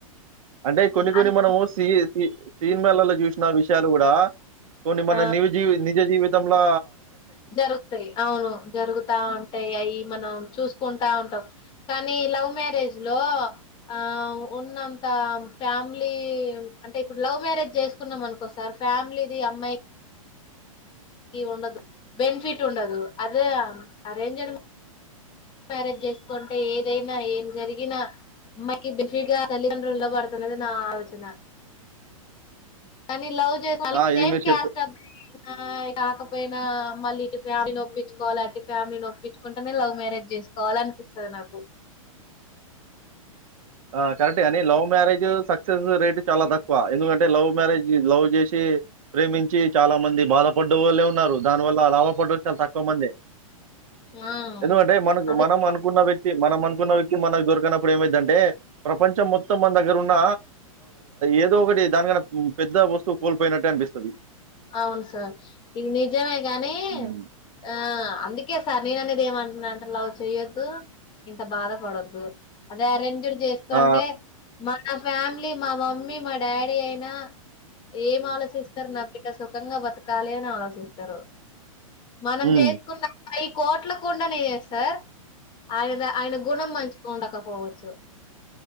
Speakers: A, on the right (about 70°); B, on the left (about 25°).
A: అంటే కొన్ని కొన్ని
B: అన్
A: మనము సీ ఏ సిన్ మాలలో చూసిన విషయం యలు కూడా కొన్ని మన
B: ఆ
A: ని జీ నిజ జీవితంలో
B: జరుగుతయి అవును జరుగుతా ఉంటాయి అయి మనం చూసుకుంటా ఉంటాం కానీ లవ్ మ్యారేజ్ లో ఆ ఉన్నంత త ఫ్యామిలీ అంటే ఇప్పుడు లవ్ మ్యారేజ్ చేసుకున్నాం అనుకోసార్ ఫ్యామిలీది అమ్మాయి వుండదు బెనిఫిట్ ఉండదు అదే ఆరెంజ్డ్ మ్యారేజ్ చేసుకుంటే ఎదైనా ఏం జరిగినా అమ్మాయికి బెసిగా తల్లిదండ్రుల్లో
A: హ్మ్.
B: పడుతున్నది నా ఆలోచన కనీ లవ్
A: ఆ! ఇది
B: సేమ్
A: మీరు
B: క్యాస్ట్
A: చెప్
B: అబ్బాయి ఆ కాకపోతే పోయినా మళ్ళీ ఇటు ఫ్యామిలీ ఒప్పించుకోవాలే అటు ఫ్యామిలీ ఒప్పించుకుంటేనే లవ్ మ్యారేజ్ చేసుకోవాలి అనిపిస్తది నాకు
A: ఆ కరెక్ట్గాని లవ్ మ్యారేజ్ సక్సెస్ రేట్ చాల తక్కువ ఎందుకంటే లవ్ మ్యారేజ్ లవ్ జేసి ప్రేమించి చాలా మంది బాధపడ్డ వాళ్లే ఉన్నారు దాని వల్ల లాభపడ చాలా తక్కువ మంది
B: ఆ
A: ఎందుకంటే మనకు
B: అదే
A: మనం అనుకున్న వ్యక్తి మనం అనుకున్న వ్యక్తి మనకు దొరికనప్పుడు ఏమైద్ది అంటే ప్రపంచం మొత్తం మన దగ్గర ఉన్న ఏదో ఒకటి దానికన్న పెద్ద వస్తువు కోల్పోయినట్ టే అనిపిస్తది
B: అవును సర్ ఇది నిజమే గాని
A: హ్మ్.
B: ఆ అందుకే సర్ నేననేది ఏమం ఇలాంటి లవ్ చేయ్యొద్దు ఇంత బాధపడద్దు అదే ఆరెంజ్ జే చేసుకుంటే
A: ఆ!
B: మా నా ఫ్యామిలీ మా మమ్మీ మా డాడీ అయినా ఏం ఆలోచిస్తరు లవ్ సుఖంగా బతకాలి అని ఆలోచితారు మనం
A: హ్మ్.
B: జెసకున్న ప కోట్ల కొండనే సార్ ఆయన ఆయన గుణం మంచ్ కండక పోవచ్చు